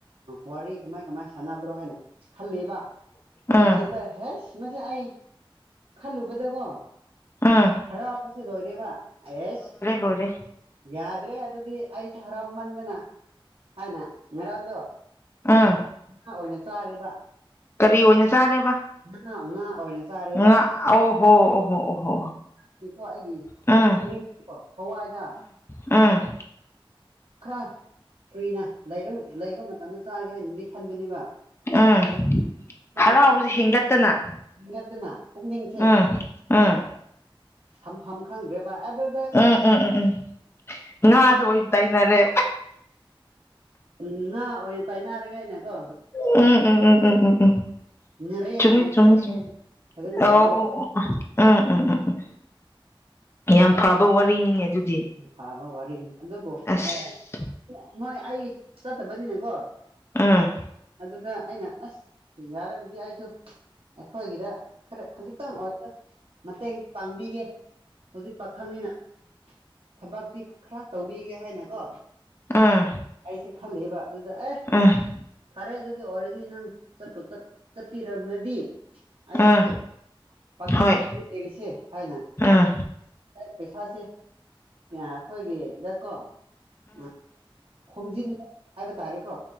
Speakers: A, on the right (about 85°); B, on the left (about 30°).
A: ꯋꯥꯔꯤ ꯀꯃꯥꯏ ꯀꯃꯥꯏ ꯁꯥꯟꯅꯕ꯭ꯔꯣ ꯍꯥꯏꯅ ꯈꯜꯂꯤꯕ
B: ꯎꯝ
A: ꯑꯗꯨ ꯇ ꯍꯁ ꯃꯁ ꯑꯩ ꯈꯜꯂꯨꯕꯗꯀꯣ
B: ꯎꯝ
A: ꯍꯔꯥꯎꯕꯁꯦ ꯂꯣꯏꯔꯦꯕ ꯑꯦꯁ
B: <unintelligible>
A: ꯌꯥꯗ꯭ꯔꯦ ꯑꯗꯨꯗꯤ ꯑꯩꯁꯦ ꯍꯔꯥꯎꯃꯟꯕꯅ ꯍꯥꯏꯅ ꯉꯔꯥꯡꯗꯣ
B: ꯑꯥ
A: ꯉꯥ ꯑꯣꯏꯅ ꯆꯥꯔꯦꯕ
B: ꯀꯔꯤ ꯑꯣꯏꯅ ꯆꯥꯔꯦꯕ
A: ꯉꯥ ꯉꯥ ꯑꯣꯏꯅ ꯆꯥꯔꯦꯕ
B: ꯉꯥ ꯑꯣꯍꯣ ꯑꯣ ꯍꯣ ꯑꯣꯍꯣ
A: ꯁꯤꯀꯣ ꯑꯩꯒꯤ
B: ꯎꯝ
A: ꯄꯨꯛꯅꯤꯡꯗꯣ ꯊꯋꯥꯏꯗ
B: ꯑꯝ
A: ꯈꯔ ꯀꯨꯏꯅ ꯂꯩꯔ ꯂꯩꯕ ꯃꯇꯝꯗ ꯆꯥꯒꯦ ꯍꯥꯏꯅꯗꯤ ꯈꯟꯕꯅꯦꯕ
B: ꯎꯝ
A: ꯑꯗ <unintelligible>
B: ꯍꯔꯥꯎꯕꯁꯦ ꯍꯦꯟꯒꯠꯇꯅ
A: ꯅꯠꯇꯨꯅ ꯄꯨꯛꯅꯤꯡꯁꯦ
B: ꯎꯝ ꯎꯝ
A: ꯐꯝꯐꯝ ꯈꯪꯗ꯭ꯔꯦꯕ ꯑꯗꯨ
B: ꯎꯝ ꯎꯝ ꯎꯝ ꯎꯝ ꯉꯥꯗꯣ ꯑꯣꯏꯅ ꯇꯩꯅꯔꯦ
A: ꯎꯝ ꯅꯥ ꯑꯣꯏꯅ ꯇꯥꯏꯅꯔꯒꯦ ꯑꯩꯅ ꯀꯣ
B: ꯎꯝ ꯎꯝ ꯎꯝ ꯎꯝ ꯎꯝ ꯎꯝ
A: ꯉꯥꯔꯦꯟ
B: ꯆꯨꯝꯃꯤ
A: ꯑꯣꯏꯅ
B: ꯆꯃꯤ
A: ꯆꯥꯔꯒꯦ
B: ꯆ
A: ꯍꯥꯏꯅ ꯐꯖꯅ
B: ꯑꯣ
A: ꯇꯧꯕꯤ
B: ꯑꫭ ꯎꯝ ꯎꯝ ꯎꯝ ꯎꯝ ꯌꯥꯝ ꯐꯕ ꯋꯥꯔꯤꯅꯤꯅꯦ ꯑꯗꯨꯗꯤ
A: ꯐꯥꯕ ꯋꯥꯔꯤꯅꯤ ꯑꯗꯨꯕꯨ
B: ꯑꯁ
A: ꯑꯦ ꯃꯣꯏ ꯑꯩ ꯆꯠꯇꯕꯅꯤꯅꯀꯣ
B: ꯎꯝ
A: ꯑꯗꯨꯗ ꯑꯩꯅ ꯑꯁ ꯌꯥꯔꯒꯗꯤ ꯑꯩꯁꯨ ꯑꯩꯈꯣꯏꯒꯤꯗ ꯈꯔ ꯈꯖꯤꯛꯇꯪ ꯑꯣꯏꯔ ꯃꯇꯦꯡ ꯄꯥꯡꯕꯤꯒꯦ ꯍꯧꯖꯤꯛ ꯄꯥꯈꯜꯅꯤꯅ ꯊꯕꯛꯁꯤ ꯈꯔ ꯇꯧꯕꯤꯒꯦ ꯍꯥꯏꯅꯀꯣ
B: ꯑꯥ
A: ꯑꯩꯁꯦ ꯈꯂꯦꯕ ꯑꯗꯨꯗ ꯑꯦ
B: <unintelligible>
A: ꯐꯔꯦ ꯑꯗꯨꯗꯤ ꯑꯣꯏꯔꯗꯤ ꯅꯪ ꯆꯄ ꯆꯠꯄꯤꯔꯕꯅꯗꯤ ꯑꯩꯁꯨ
B: ꯎꯝ
A: ꯄꯥꯈꯛ
B: ꯍꯣꯏ
A: ꯂꯩꯔꯤꯁꯦ ꯍꯥꯏꯅ
B: ꯎꯝ
A: ꯄꯩꯁꯥꯁꯦ ꯑꯩꯈꯣꯏꯒꯤꯗ ꯀꯣ ꯎꯝ ꯈꯣꯝꯖꯤꯟ ꯍꯥꯏꯕ ꯇꯥꯔꯦꯀꯣ